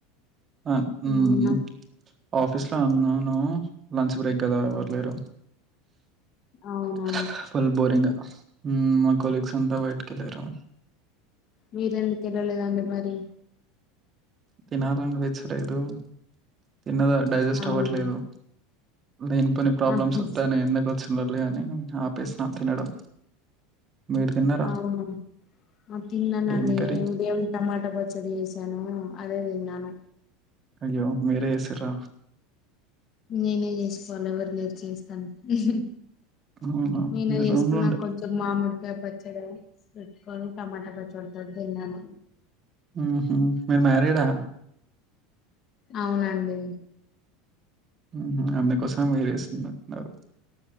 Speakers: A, on the right; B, on the left.
A: ఆ ఉహ్మ్
B: మ్మ్.
A: ఆఫీస్లో అనున్నాను లంచ్ బ్రేక్ కదా ఎవ్వరులేరు
B: అవునా
A: హా ఫుల్ బోరింగ్ ఉమ్ మా కొలిగస్ అంతా బయటకి వెళ్ళారు
B: మీర ఎందుకు వెళ్ళలేదండి మరి
A: తినాలని పిన్చ్చలేదు తిన్నదా డైజెస్ట్
B: అవును
A: అవ్వట్లేదు లేనిపోని ప్రాబ్లమ్స్
B: ఆహా
A: వస్తాయని ఎందుకు వచ్చిదిలే అని ఆపేసిన తినడం మీరు తిన్నారా
B: ఆ అవును తిన్నానండి
A: ఏం కర్రీ
B: ఉదయం టమాటా పచ్చడి చేసాను అదే తిన్నాను
A: అయ్యో మీరే చేసిర్ల
B: నేనే చేసుకోవాల ఎవరు లేరు చేస్తాను హు హూ
A: అవునా
B: నేను
A: మీరు
B: చేసుకున్నా
A: రూమ్ లో ఉండే
B: కొంచెం మామిడికాయ పచ్చడ ఉదయం టమోటా పచ్చడితో తిన్నాను
A: ఉహ్మ్ హు మీరు మ్యారీడ్ ఆ
B: అవునండి
A: ఉమ్ హు అందుకోసం మీరే చేసుకుంటునట్టునారు